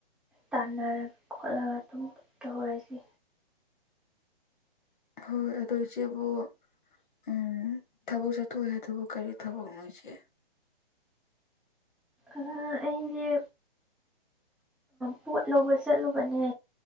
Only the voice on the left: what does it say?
ꯍꯣꯏ ꯑꯗꯣ ꯏꯆꯦꯕꯨ ꯎꯝ ꯊꯕꯛ ꯆꯠꯊꯣꯛꯑꯦ ꯍꯥꯏꯗꯨꯕꯨ ꯀꯔꯤ ꯊꯕꯛꯅꯣ ꯏꯆꯦ